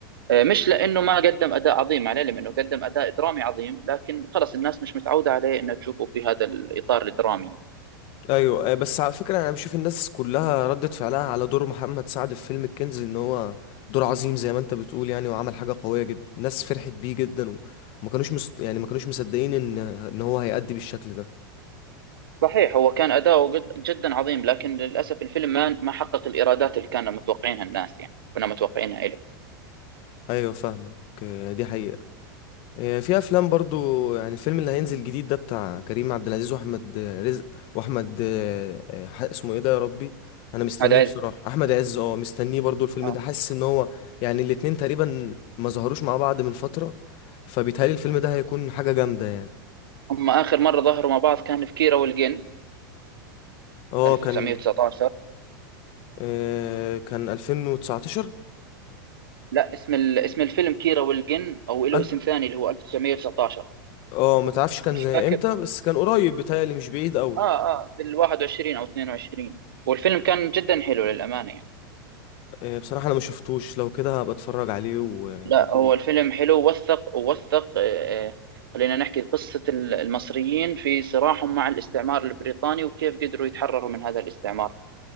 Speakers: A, on the right; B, on the left.
A: آه، مش لانه ما قدم اداء عظيم عليه لانه قدم اداء درامي عظيم لكن خلص الناس مش متعوده عليه انها تشوفه في هذا الاطار الدرامي
B: ايوه آه، بس على فكره انا بشوف الناس كلها ردت فعلها على دور محمد سعد في فيلم الكنز ان هو دور عظيم زي ما انت بتقول يعني وعمل حاجه قويه جدا الناس فرحت بيه جدا وما كانوش مس... يعني ما كانوش مصدقين ان ان هو هيأدي بالشكل ده
A: صحيح هو كان أداؤه جد- جدا عظيم لكن للأسف الفيلم ما ما حقق الإيرادات اللي كانوا متوقعينها الناس يعني كنا متوقعينها له
B: ايوه فاهمك آه، دي حقيقه آه، في افلام برضو يعني الفيلم اللي هينزل جديد ده بتاع كريم عبد العزيز واحمد رزق واحمد آه، آه، ح- اسمه ايه ده يا ربي انا مستنيه
A: هذا عز
B: بصراحه احمد عز اه مستنيه برضو الفيلم
A: آه.
B: ده حاسس ان هو يعني الاتنين تقريبا ما ظهروش مع بعض من فتره فبيتهيألي الفيلم ده هيكون حاجه جامده يعني
A: هم آخر مرة ظهروا مع بعض كان في كيرة والجن
B: اه
A: 1919
B: كان آه، كان 2019
A: لا اسم ال... اسم الفيلم كيرة والجن أو له
B: أل-
A: اسم ثاني اللي هو 1919
B: اه ما تعرفش كان
A: مش
B: زي
A: فاكر
B: امتى بس كان قريب بيتهيألي مش بعيد قوي
A: آه آه بال 21 أو 22 والفيلم كان جدا حلو للأمانة يعني.
B: آه، بصراحه انا ما شفتوش لو كده هبقى اتفرج عليه و...
A: لا
B: واقول
A: هو الفيلم حلو وثق ووثق آه، آه، خلينا نحكي قصة ال- المصريين في صراعهم مع الاستعمار البريطاني وكيف قدروا يتحرروا من هذا الاستعمار